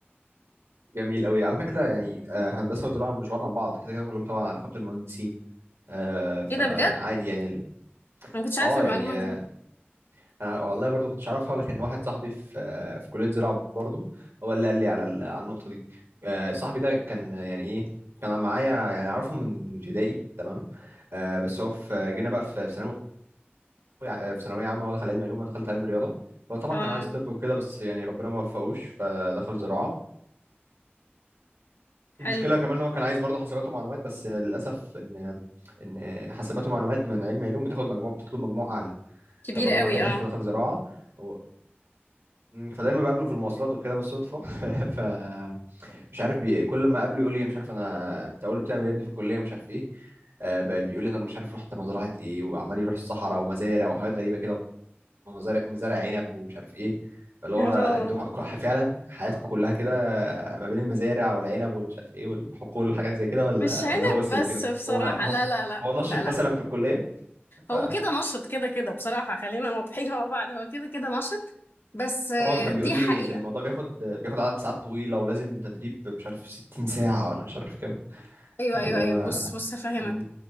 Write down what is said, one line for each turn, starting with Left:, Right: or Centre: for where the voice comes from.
Right: جميل قوي على فكره يعني آه هندسه وزراعه مش بعاد عن بعض كده كده كلهم تبع نقابه المهندسين آه فعادي
Left: ايه ده بجد انا
Right: يعني ال-
Left: ما كنتش عارفه
Right: اه
Left: المعلومه
Right: يعني آه
Left: دي
Right: انا والله برضو كنتش اعرفها لكن واحد صاحبي في آه في كليه زراعه برضو هو اللي قال لي على ال- على النقطه دي آه صاحبي ده كان آه، يعني ايه كان معايا يعني اعرفه من من ابتدائي تمام آه بس هو في جينا بقى في في ثانوي في ثانويه عامه هو دخل علم علوم وانا دخلت علم رياضه هو طبعا
Left: اه
Right: كان عايز طب وكده بس يعني ربنا ما وفقوش فدخل زراعه ومشكله
Left: حلو
Right: كمان ان هو كان عايز برضه حاسبات ومعلومات بس للاسف ان ان حاسبات ومعلومات من علم علوم بتاخد مجموع بتطلب مجموع اعلى
Left: كبير
Right: فبرضه
Left: قوي
Right: ما لحقهاش
Left: اه
Right: فدخل زراعه و... م، فدايما بقابله في المواصلات وكده بالصدفه <laughs> فمش عارف بي... كل ما اقابله يقول لي مش عارف انا بتقول له بتعمل إيه يا ابني في الكليه مش عارف ايه آه، ب- بيقول لي انا مش عارف رحت مزرعه ايه وعمال يروح الصحراء ومزارع وحاجات غريبه كده مزارع مزارع عنب ومش عارف ايه فاللي هو
Left: أوه.
Right: انتوا ح- فعلا حياتكم كلها كده ما بين المزارع والعنب والمش عارف ايه والحقول والحاجات زي كده ولا
Left: مش عنب
Right: ولا هو بس
Left: بس
Right: اللي كده
Left: بصراحه
Right: هو انا هو
Left: لا لا لا
Right: هو نشط
Left: لا لا
Right: مثلا في الكليه ف
Left: هو كده نشط كده كده بصراحه خلينا واضحين مع بعض هو كده كده نشط بس آه،
Right: هو ده كان
Left: دي
Right: بيقول لي
Left: حقيقه
Right: ان الموضوع بياخد بياخد عدد ساعات طويله ولازم تدريب مش عارف 60 ساعه ولا مش عارف كام
Left: ايوه ايوه
Right: فاللي هو
Left: ايوه بص بص هفهمك
Right: امم